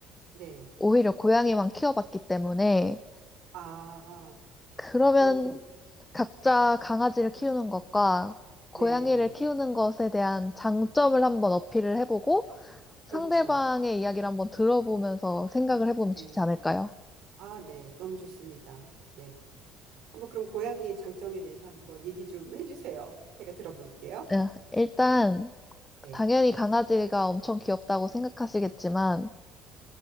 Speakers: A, on the right; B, on the left.
A: 네.
B: 오히려 고양이만 키워봤기 때문에
A: 아
B: 그러면
A: 그렇군요.
B: 각자 강아지를 키우는 것과 고양이를
A: 네.
B: 키우는 것에 대한 장점을 한번 어필을 해보고 상대방의
A: 그렇죠.
B: 이야기를 한번 들어보면서 생각을 해보면
A: 네.
B: 좋지 않을까요?
A: 아, 네. 너무 좋습니다. 네. 한번 그럼 고양이의 장점에 대해서 한번 얘기 좀 해주세요. 제가 들어볼게요.
B: 예, 일단
A: 네.
B: 당연히 강아지가 엄청 귀엽다고 생각하시겠지만